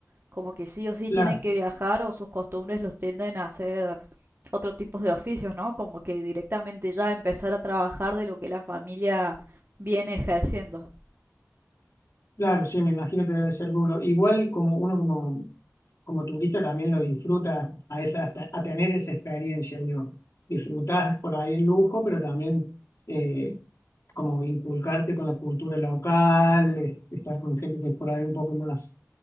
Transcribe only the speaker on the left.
Claro,
claro, sí, me imagino que debe ser duro. Igual como uno como, como turista también lo disfruta a, esa, a tener esa experiencia, digo, disfrutar por ahí el lujo, pero también eh, como inculcarte con la cultura local, eh, estar con gente que es por ahí un poco más